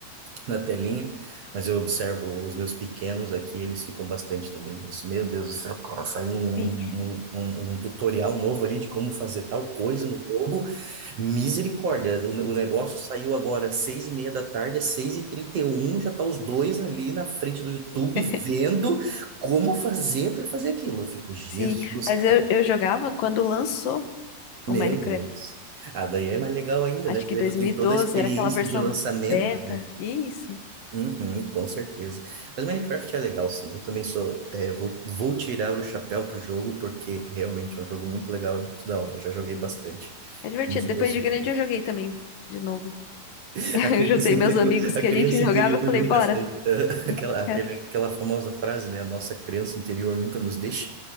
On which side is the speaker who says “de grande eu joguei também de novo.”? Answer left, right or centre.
Left